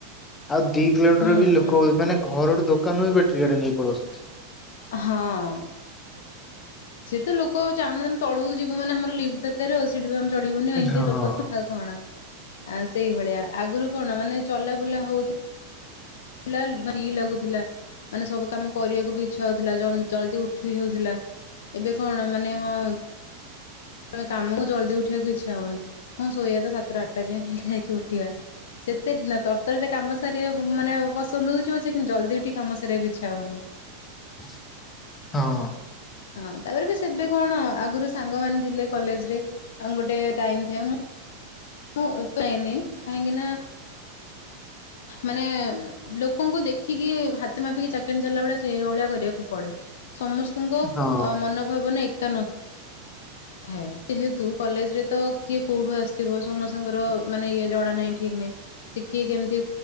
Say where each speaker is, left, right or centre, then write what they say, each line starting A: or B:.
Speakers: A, on the left; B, on the left.
A: ଆଉ ଦି କିଲୋମିଟର
B: ହୁଁ
A: ବି ଲୋ କ ମାନେ ଘର ଠୁ ଦୋକାନ ବି ବେଟ୍ରି ଗାଡ଼ି ନେଇକି ପଳଉସନ୍ତି।
B: ହଁ। ସିଏ ତ ଲୋକ ଚାହୁଁନାହାନ୍ତି ଆମେ ତଳକୁ ଯିବୁ ମାନେ ଆମର ଲିପ୍ଟି ଦରକାର। <unintelligible> ଚଢ଼ିବୁନି ଆଉ ଏମିତିଆ
A: ହଁ।
B: ଲୋକ ଆଉ କଣ। ଆ ସେଇଭଳିଆ। ଆଗରୁ କଣ ମାନେ ଚଲା ବୁଲା ହଉଥୁ ଲା ଫ୍ରି ଲାଗୁଥିଲା। ମାନେ ସବୁ କାମ କରିବାକୁ ବି ଇଚ୍ଛା ହଉଥିଲା। ଜନ୍ ଜଲଦି ଉଠି ବି ହଉଥିଲା। ଏବେ କଣ ମାନେ ହଁ ମାନେ କାମ କୁ ଜଲଦି ଉଠିବାକୁ ଇଚ୍ଛା ହଉନି। ହଁ ଶୋଇବା ତ ସାତଟା, ଆଠ ଟା ଯାଏ। ଯାଇଁକି ଉଠିବା। ସେତେ ତରତରରେ କାମ ସାରିବା କୁ ମାନେ ପସନ୍ଦ ହଉଚ଼ି ପଛେ କିନ୍ତୁ ଜଲ୍ଦି ଉଠିକି କାମ ସାରିବାକୁ ଇଚ୍ଛା ହଉନି।
A: ହଁ।
B: ହଁ। ତାପରେ ବି ସେବେ କଣ ଆଗୁରୁ ସାଙ୍ଗମାନେ ଥିଲେ କଲେଜ ରେ ଅଁ ଗୋଟେ ଟାଇମ୍ ଥାଏ ମୁଁ ମୁଁ <unintelligible> କାହିଁକି ନା ମାନେ ଲୋକଙ୍କୁ ଦେଖ୍ ଖିକି ହାତେ ମାପିକି ଚାଖେଣ୍ଡେ ଚାଲିଲା ଭଳିଆ ସେଇ ଭଳିଆ କରିବାକୁ ପଡେ। ସମସ୍ ସ୍ତ ଙ୍କ
A: ହଁ
B: ମନଭାବନା ଏକା ନ ଥାଏ। ଯେହେତୁ କଲେଜ୍ ରେ ତ କିଏ କୋଉଠୁ ଆସିଥିବ ସମସ୍ତଙ୍କର ମାନେ ଇଏ ଜଣା ନାହିଁ ଠିକ୍ ନାହିଁ। ସିଏ କିଏ କେମିତି